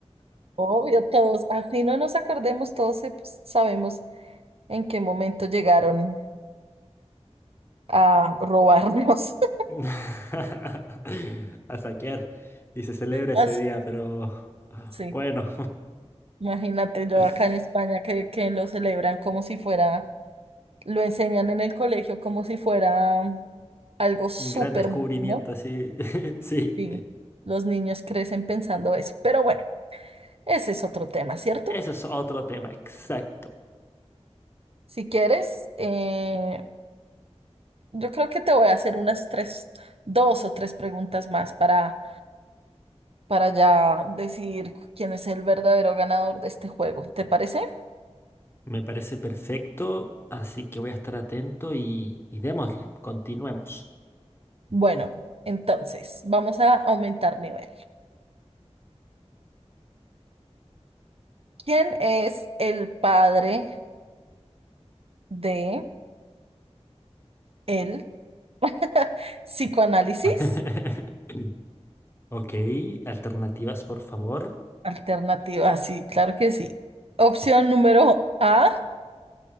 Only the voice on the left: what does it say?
<laughs> A saquear. Y se celebra ese
día, pero
bueno,
<laughs>
un gran descubrimiento,
sí. <laughs> Sí.
Eso es otro tema, exacto.
Me parece perfecto, así que voy a estar atento y, y démosle, continuemos.
<laughs> Ok, alternativas, por favor.